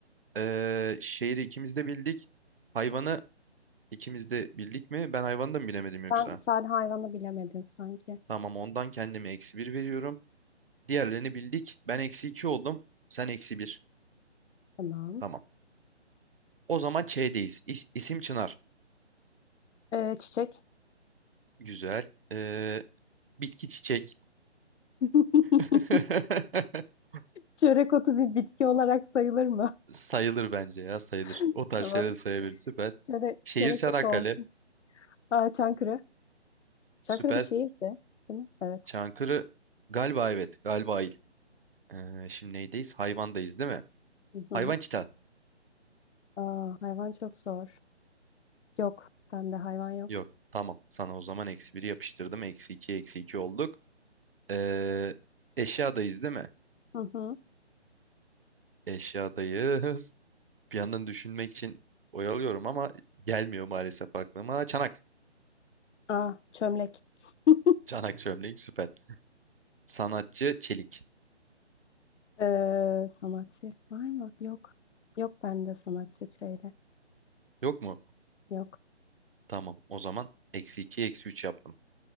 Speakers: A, on the right; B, on the left.
A: Eee şehri ikimiz de bildik. Hayvanı ikimiz de bildik mi? Ben hayvanı da mı bilemedim yoksa?
B: Sen sadece hayvanı bilemedin sanki.
A: Tamam ondan kendime eksi bir veriyorum. Diğerlerini bildik. Ben eksi iki oldum. Sen eksi bir.
B: Tamam.
A: Tamam. O zaman Ç'deyiz. İs- İsim Çınar.
B: Ee, çiçek.
A: Güzel. Eee, bitki çiçek.
B: <laughs>
A: <laughs>
B: Çörek otu bir bitki olarak sayılır mı?
A: Sayılır bence ya sayılır.
B: <laughs>
A: O tarz
B: Tamam.
A: şeyleri sayabilir. Süper.
B: Çörek,
A: Şehir
B: çörek
A: Çanakkale.
B: otu olsun. Aa, Çankırı. Çankırı
A: Süper.
B: bir şehirdi, değil mi? Evet.
A: Çankırı galiba
B: Şey.
A: evet. Galiba il. Ee, şimdi neydeyiz? Hayvandayız değil mi?
B: Hı hı.
A: Hayvan çita.
B: Aa, hayvan çok zor. Yok. Bende hayvan yok.
A: Yok. Tamam. Sana o zaman eksi biri yapıştırdım. Eksi iki eksi iki olduk. Ee, eşyadayız değil mi?
B: Hı hı.
A: Eşyadayız. <laughs> Bir yandan düşünmek için oyalıyorum ama gelmiyor maalesef aklıma. Çanak.
B: Aa, çömlek. <laughs>
A: Çanak çömlek süper. Sanatçı Çelik.
B: Ee, sanatçı var mı? Yok. Yok bende sanatçı şöyle.
A: Yok mu?
B: Yok.
A: Tamam. O zaman eksi 2 eksi 3 yaptım.